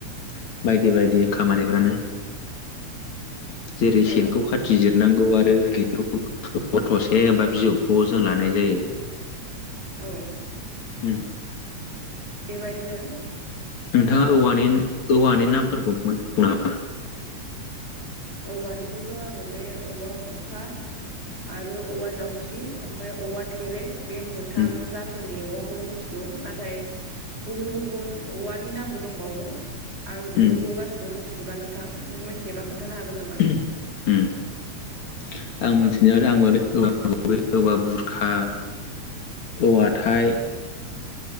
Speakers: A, on the left; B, on the right.
A: बायदि बायदि खामानिफ्रानो जेरै
B: औ
A: सेनखौ खा टि जिरनांगौ आरो <unintelligible> थसे बा बिजौखौ जों लानाय जायो।
B: औ।
A: उम।
B: बेबायदिनो जोंहा
A: नोंथाङा औवानि औवानि नामफोरखौ मोनथिगौ नामा?
B: औवानिखौथ' आङो बे औवा बुरखा आरो औवा जावथि ओमफ्राय औवा थेरे बे मोन थाम
A: उम
B: जाथोननि औवाखौल' मिथिगौ नाथाय गुबुन गुबुन औवानि नामबो दंबावो आं बेफोरखौ
A: उम
B: गासिखौबो मिथिजोबा नोंथां नों मिथियोबा खोन थानो हागोन नामा?
A: <unintelligible> आं मिथिनायावथ आंबो औवा गुबै औवा बुरखा। औवा थाय।